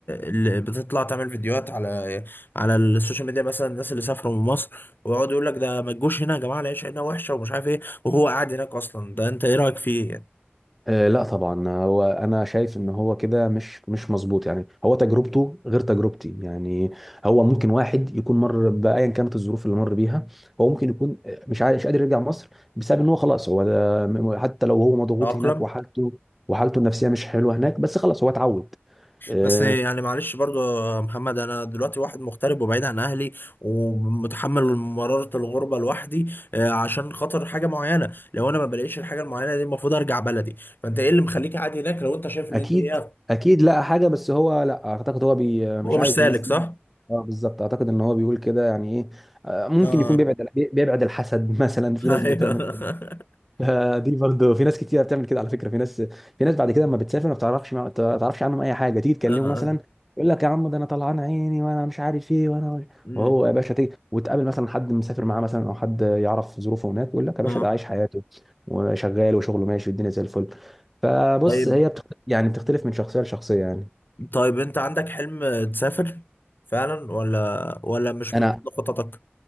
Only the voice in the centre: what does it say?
آه، لا طبعا هو انا شايف ان هو كده مش مش مظبوط يعني هو تجربته غير تجربتي يعني هو ممكن واحد يكون مر بايا كانت الظروف اللي مر بيها هو ممكن يكون مش عاي- مش قادر يرجع مصر بسبب ان هو خلاص هو ده م- حتى لو هو مضغوط
هناك وحالته وحالته النفسيه مش حلوه هناك بس خلاص هو اتعود آه،
اكيد
اكيد لقى حاجه بس هو لا اعتقد هو بي مش
عايز
الناس تيجي
اه بالظبط اعتقد ان هو بيقول كده يعني ايه آه، ممكن
يكون بيبعد بيبعد الحسد <laughs> مثلا في ناس
بتعمل
كده
آه، دي برضه في ناس كتير بتعمل كده على فكره في ناس في ناس بعد كده لما بتسافر ما بتعرفش ما بتعرفش عنهم اي حاجه تيجي تكلمه
مثلا يقول لك يا عم ده انا طلعان عيني وانا مش عارف ايه وانا
وهو يا باشا تيجي وتقابل مثلا حد مسافر معاه مثلا او حد يعرف ظروفه هناك يقول لك يا باشا
ده عايش حياته وشغال وشغله ماشي والدنيا زي الفل فبص
هي بتخت... يعني بتختلف من شخصيه لشخصيه يعني
انا